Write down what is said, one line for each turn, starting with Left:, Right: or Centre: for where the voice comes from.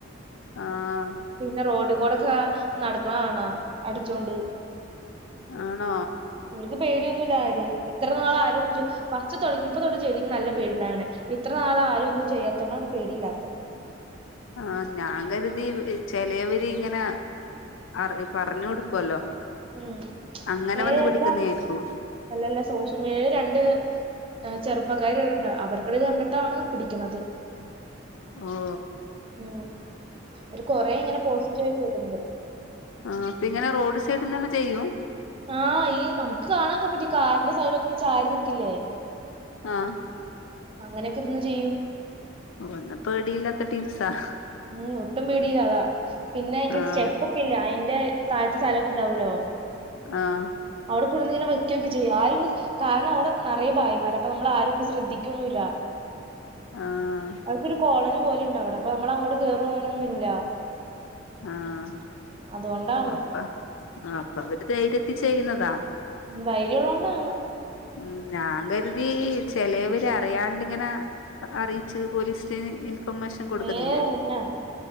Left: ആഹ്
Right: പിന്നെ റോഡ് കൂടൊക്കെ നടക്കണണോ അടിച്ചോണ്ട്.
Left: ആണോ
Right: ഇവര്ക്ക് പേടിയൊന്നുല്ല ആരേം ഇത്രനാളാരൊന്നും ചെ ഫസ്റ്റ് തൊടങ്ങിയപ്പോ തൊട്ട് ചെയ്തീനെങ്കിൽ നല്ലപേടിണ്ടായേനെ ഇത്രനാള ആരരൊന്നും ചെയ്യാത്തോണ്ടാണ് പേടിയില്ലാത്ത.
Left: ആ ഞാൻ കരുതി ചെലവര് ഇങ്ങനെ. അറ പറഞ്ഞൊട്ക്കലോ
Right: ഉം
Left: അങ്ങനെ
Right: ഏ
Left: വന്ന് പിടിക്കുന്നായിരിക്കൂ.
Right: അല്ല അല്ലല്ല സോഷ്യൽ മീഡിയില് രണ്ട്. ചെറുപ്പക്കാരിണ്ട്‌ അവർത് കണ്ടിട്ടാണ് പിടിക്കണത്.
Left: ഓഹ്.
Right: ഉം അവര് കൊറെയിങ്ങനെ പോസ്റ്റ് ചെയ്തിട്ടിണ്ട്.
Left: ആഹ്‌ പിന്നെ റോഡ് സൈഡ്ന്നെ ചെയ്യും.
Right: ആഹ് ഈ നമുക്ക് കാണാനൊക്കെ പറ്റും ഈ കാറിന്റെ സൈഡൊക്കെങ്ങനെ ചാരിനിക്കിലെ.
Left: ആഹ്.
Right: അങ്ങനൊക്കെ നിന്ന് ചെയ്യും
Left: ഒൽനെ പേടില്യാത്ത ടിംസാ. <unintelligible>
Right: ഉം ഒട്ടും പേടിയില്ല അതാ പിന്നെ
Left: ആഹ്
Right: ഇ സ്റ്റെപ്പൊക്കിലെ അയിന്റെ. താഴ്ത്തെ സ്ഥലൊക്കെ ഉണ്ടാവൂലോ.
Left: ആഹ്.
Right: അവിടെകൊണ്ടൊന്ന് ഇങ്ങനെ വയ്ക്കൊക്കെ ചെയും ആരും. കാരണം അവിടെ നിറയ ഭായിമാര് അപ്പൊ നമ്മൾ ആരുംന്നും ശ്രദ്ധിക്കൊന്നുല്ല
Left: ആഹ്
Right: അവവിക്കൊരു കോളനി പോലെണ്ട അവിടെ അപ്പൊ നമ്മള അങ്ങോട്ട് കേയറും ങ്ങനൊന്നും ഇല്ല
Left: ആഹ്
Right: അതുകൊണ്ടാണ്
Left: ഓഹ് അപ്പ ആഹ് അപ്പ അവര് ധൈര്യത്തി ചെയ്യുന്നതാ
Right: ധൈര്യം ഉള്ളോണ്ടാ
Left: ഉം ഞാൻ കരുതി ചെലവര് അറിയാണ്ടിങ്ങനെ അറിയിച്ച് പോലീസ് റ്റേന് ഇൻഫർമേഷൻ കൊടുക്കുന്നില്ലേ
Right: ഏ പിന്നെ